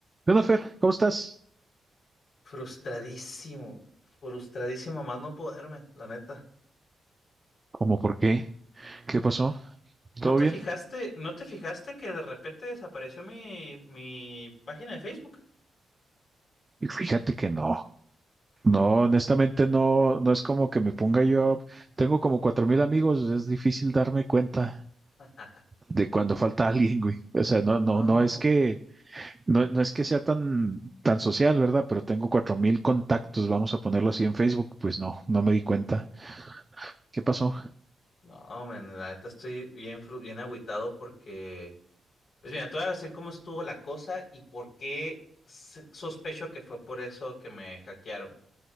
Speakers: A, on the right (about 25°); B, on the left (about 70°).
A: ¿Qué onda, Fer? ¿Cómo estás?
B: Frustradísimo, frustradísimo a más no poderme, la neta.
A: ¿Cómo por qué? ¿Qué pasó?
B: ¿No
A: ¿Todo
B: te
A: bien?
B: fijaste, no te fijaste que de repente desapareció mi, mi página de Facebook?
A: Y Fíjate que no, no, honestamente no, no es como que me ponga yo, tengo como cuatro mil amigos, es difícil darme cuenta
B: <laughs>
A: de cuando falta alguien, güey. O sea, no, no,
B: No,
A: no es que, no, no es que sea tan, tan social, ¿verdad? Pero tengo cuatro mil contactos, vamos a ponerlo así en Facebook, pues no, no me di cuenta. ¿Qué pasó?
B: no, man, la neta estoy bien, fru- bien agüitado porque, pues mira, te voy a decir cómo estuvo la cosa y por qué s- sospecho que fue por eso que me hackearon.